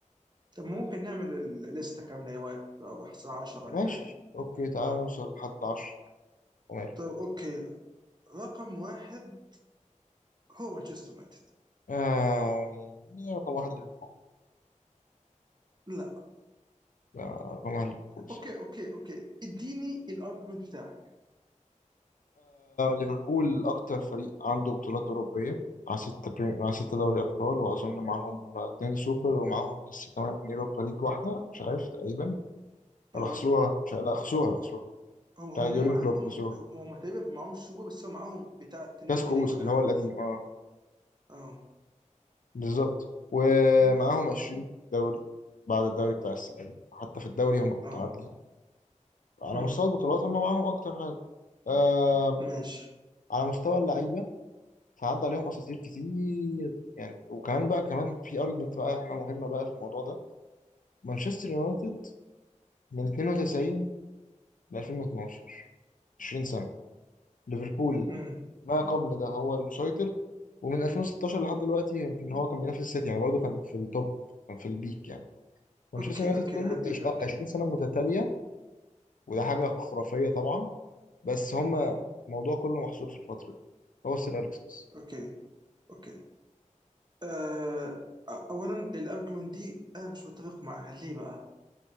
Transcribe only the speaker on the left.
ماشي
اوكي تعالى نوصل لحد 10 وماله
آه... مين رقم واحد ليفربول
آه، رقم واحد ليفربول
ليفربول أكتر فريق عنده بطولات أوروبية مع ستة بري... مع ستة دوري أبطال وأظن معاهم اتنين سوبر ومعاهم لسه كمان يوروبا ليج واحدة مش عارف تقريبا ولا
خسروها مش عارف. لا خسروها خسروها
بتاع
يورجن
كلوب خسروها
كلاسيكو
أوست
اللي
هو القديم اه
بالظبط ومعاهم 20 دوري بعد الدوري بتاع السنة دي حتى في الدوري هم متعادلين
على
مستوى البطولات هم معاهم أكتر حاجة آم،
على مستوى اللعيبة فعدى عليهم اساطير كتير يعني وكمان بقى كمان في ارجمنت بقى احنا مهمه بقى في الموضوع ده مانشستر يونايتد من 92 ل 2012 20 سنه ليفربول
ما قبل ده هو المسيطر ومن 2016 لحد دلوقتي يمكن هو كان بينافس السيتي يعني برضه كان في التوب كان في البيك يعني مانشستر
يونايتد
كله
عش-
اه 20 سنه متتاليه وده حاجه خرافيه طبعا بس هما
الموضوع كله محصور في الفتره دي هو السير اليكس بس